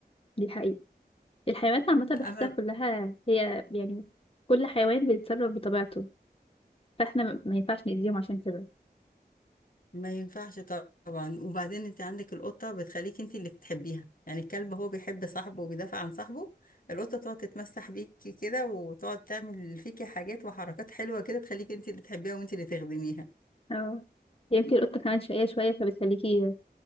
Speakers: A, on the left; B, on the left.
A: دي حقيقة الحيوانات عامة
B: أما
A: بحسها كلها هي يعني كل حيوان بيتصرف بطبيعته فاحنا ما ما ينفعش نأذيهم عشان كده
B: ما ينفعش طبعا وبعدين انت عندك القطة بتخليك انت اللي بتحبيها يعني الكلب هو بيحب صاحبه وبيدافع عن صاحبه القطة تقعد تتمسح بيكي كده وتقعد تعمل فيكي حاجات وحركات حلوة كده تخليك انت اللي تحبيها وانت اللي تخدميها
A: اه يمكن القطة كمان شقية شوية فبتخليكي